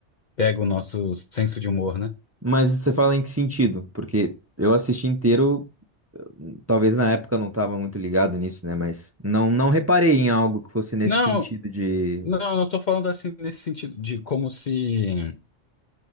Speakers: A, on the left; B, on the right.
A: pega o nosso senso de humor, né?
B: Mas você fala em que sentido? Porque eu assisti inteiro Talvez na época eu não estava muito ligado nisso, né? Mas não, não reparei em algo que fosse nesse
A: Não,
B: sentido de.
A: não, não tô falando assim nesse sentido de como se,